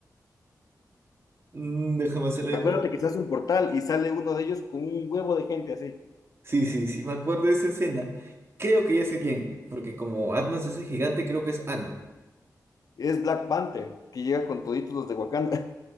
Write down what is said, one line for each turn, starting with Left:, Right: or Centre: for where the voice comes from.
Right: mm, déjame hacer memoria.
Left: Acuérdate que se hace un portal y sale uno de ellos con un huevo de gente así.
Right: Sí, sí, sí, me acuerdo de esa escena. Creo que ya sé quién, porque como Atman se hace gigante, creo que es Atman.
Left: Es Black Panther, que llega con toditos los de Wakanda.